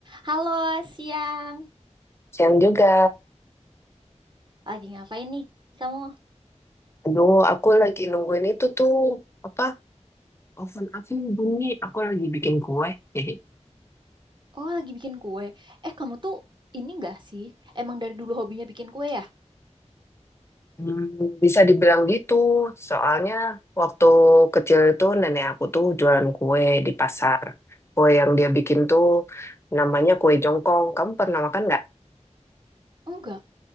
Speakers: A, on the right; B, on the left.
A: Halo, siang.
B: Siang juga.
A: Lagi ngapain nih kamu?
B: Aduh, aku lagi nungguin itu tuh apa? Oven aku bunyi. Aku lagi bikin kue. <laughs>
A: Oh, lagi bikin kue. Eh, kamu tuh ini enggak sih? Emang dari dulu hobinya bikin kue ya?
B: Hmm, bisa dibilang gitu. Soalnya waktu kecil itu nenek aku tuh jualan kue di pasar. Kue yang dia bikin tuh namanya kue jongkong. Kamu pernah makan nggak?
A: Enggak.